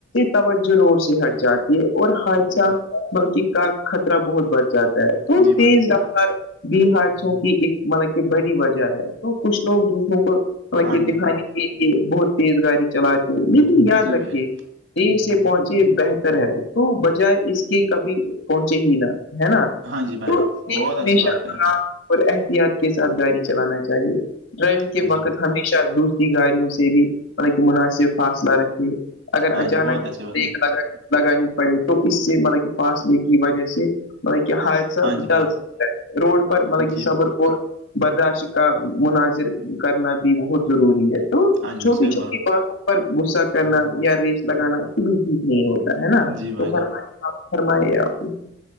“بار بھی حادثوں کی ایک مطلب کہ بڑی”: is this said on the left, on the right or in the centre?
Left